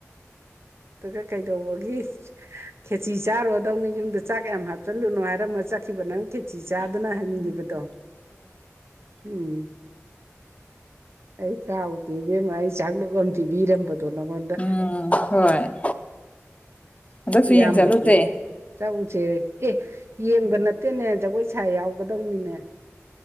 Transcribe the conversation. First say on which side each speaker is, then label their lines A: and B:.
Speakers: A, on the right; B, on the left.
A: ꯑꯗꯨꯒ ꯀꯩꯗꯧꯕꯒꯤ ꯈꯦꯆꯤ ꯆꯥꯔꯣꯗꯧꯅ ꯌꯨꯝꯗ ꯆꯥꯛ ꯌꯥꯝ ꯍꯥꯞꯆꯤꯜꯂꯨꯅꯣ ꯍꯥꯏꯔꯝꯃ ꯆꯠꯈꯤꯕ ꯅꯪ ꯈꯦꯆꯤ ꯆꯥꯗꯅ ꯍꯟꯈꯤꯕꯗꯣ ꯎꯝ ꯑꯩ ꯀꯥꯎ ꯄꯤꯕꯦꯝꯃ ꯑꯩ ꯆꯥꯛꯂꯨ ꯑꯃ ꯄꯤꯕꯤꯔꯝꯕꯗꯣ ꯅꯪꯉꯣꯟꯗ
B: ꯎꯝ ꯍꯣꯏ ꯍꯟꯗꯛꯁꯨ
A: ꯀ ꯌꯥꯝ
B: ꯌꯦꯡ ꯆꯠꯂꯨꯁꯦ
A: ꯔꯛꯄ ꯆꯧꯁꯦ ꯑꯦ ꯌꯦꯡꯕ ꯅꯠꯇꯦꯅꯦ ꯖꯒꯣꯏ ꯁꯥ ꯌꯥꯎꯒꯗꯧꯅꯤꯅꯦ